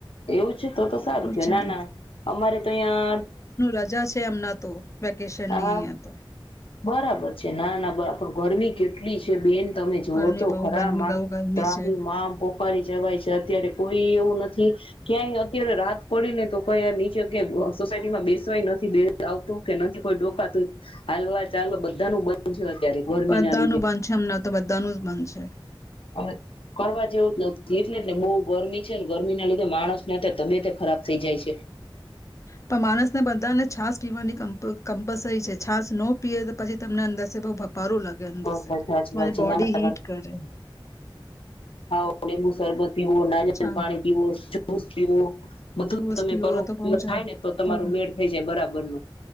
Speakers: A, on the left; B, on the left.
A: એવું છે તો તો સારું કેવું
B: છે
A: ના
B: મને.
A: ના અમારે તો અહં
B: ા છેમ વેકેશનની
A: હા
B: અહીંયા તો.
A: બરાબર છે ના ના પણ કેટલી છે બેન. તમે જોઓ
B: ગરમી
A: તો
B: બહુ
A: ખરા
B: ગરમી બહુ ગરમી
A: ત્રાહી
B: છે
A: મામ પોકારી જવાય છે. કોઈ એવું નથી, ક્યાંય અત્યારે રાત પડીને તોઈ નીચે સોસાયટીમાં બેસવાય નથી આવતું કે નથી કોઈ ડોકાતું, હાલવા ચાલ બધાનું બંધ છે અત્યારે ગરમી
B: બધા
A: ના લીધે
B: ન બંધ છે અમને તો બધા ન જ બંધ છે.
A: અને કરવા જેવું જ નથી એટલેને બહુ ગરમી છેને ગરમીના લીધે માણસને અત્યારે તબિયત ખરાબ થઈ જાય છે.
B: પણ માણસને બધાને છાસ પીવાની કમ્પલસરી છે છાસ ન પીએ તો પછી. તમને અંદર બહ ભપારું લાગે
A: હા
B: અંદર
A: સાચી
B: તમારી
A: વાત છે
B: બોડી
A: નાના
B: હીટ કરે.
A: થોડી મુસરબત પીવો નાિલ
B: છાસ
A: પાણી પીવો. <unintelligible> બધું
B: જુસ
A: તમે
B: પીવો
A: કરો
B: તો બહુ જ
A: થાય ને તો તમારું
B: બહુ.
A: મેળ થઈ જાય બરાબર નો,